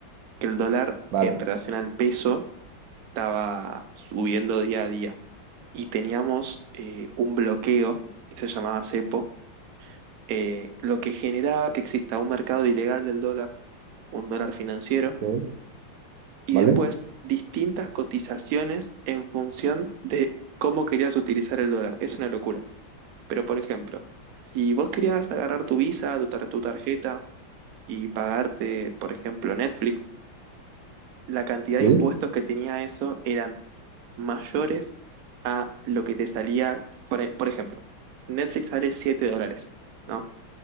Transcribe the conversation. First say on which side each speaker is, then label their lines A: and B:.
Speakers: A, on the right (about 85°); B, on the right (about 60°).
A: que el dólar
B: Vale,
A: en relación al peso estaba subiendo día a día y teníamos eh, un bloqueo que se llamaba cepo, eh, lo que generaba que exista un mercado ilegal del dólar, un dólar financiero
B: ok,
A: y
B: vale,
A: después distintas cotizaciones en función de cómo querías utilizar el dólar. Es una locura. Pero, por ejemplo, si vos querías agarrar tu Visa, tu, tar- tu tarjeta y pagarte, por ejemplo, Netflix, la cantidad
B: sí,
A: de impuestos que tenía eso eran mayores a lo que te salía, por, e- por ejemplo, Netflix sale 7 dólares, ¿no?